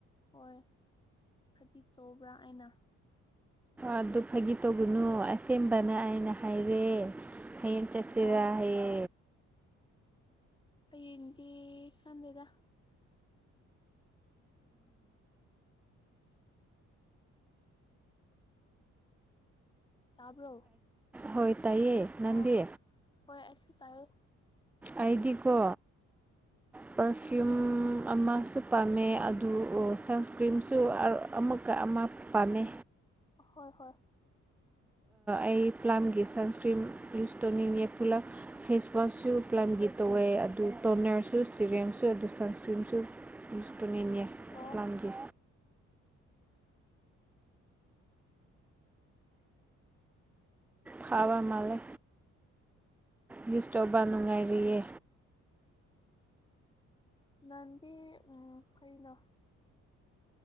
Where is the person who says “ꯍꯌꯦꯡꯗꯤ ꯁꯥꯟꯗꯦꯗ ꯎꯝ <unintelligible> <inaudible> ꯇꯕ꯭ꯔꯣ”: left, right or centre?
Left